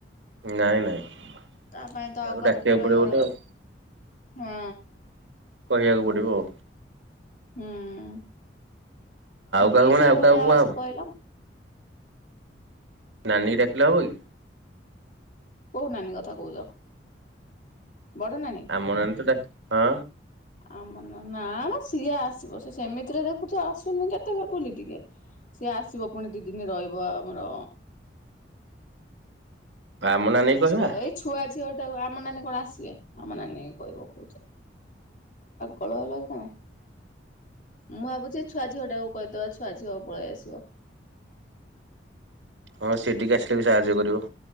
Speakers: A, on the right; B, on the left.
A: ନାଇଁ ନାଇଁ।
B: ତା ପାଇଁ ତ ଆଉ କାହା କାହାକୁ
A: ଡାକିବାକୁ
B: ଗୋଟେ
A: ପଡିବ ଆଉ
B: ହୁଁ।
A: କହିବାକୁ ପଡିବ ଆଉ
B: ହୁଁ ଆଉ କିଏ
A: କାହାକୁ ମାନେ
B: ସେଇଭଳିଆ
A: କାହାକୁ କୁହାହବ।
B: ଅଛି କହିଲ?
A: ନାନୀ ଡାକିଲେ ହବ କି?
B: କୋଉ ନାନୀ କଥା କହୁଛ? ବଡ ନାନୀ?
A: ଆମ ନାନି ତ ଡା ହଁ।
B: ଆମ ନ ନା ସିଏ ଆସିବ ସେ ସେମିତିରେ ଦେଖୁଛ ଆସୁନି କେତେବେ ବୁଲି ଟିକେ। ସିଏ ଆସିବ ପୁଣି ଦି ଦିନ ରହିବ ଆମର
A: ଆମ ନାନୀ
B: ବୁଝିବ
A: କି କହିବା।
B: ଏଇ ଛୁଆ ଝିଅଟା ଆମ ନାନୀ କଣ ଆସିବେ ଆମ ନାନୀ କହିବ କହୁଛ। ଭଲ ହେ ଲାଗି ତମେ। ମୁଁ ଭାବୁଛି ଛୁଆ ଝିଅ ଟାକୁ କହିଦବା ଛୁଆ ଝିଅକୁ ପଳେଇ ଆସିବ। <inaudible>
A: ହଁ ସିଠିକ ଆସିଲେ ବି ସାହାଯ୍ୟ କରିବ।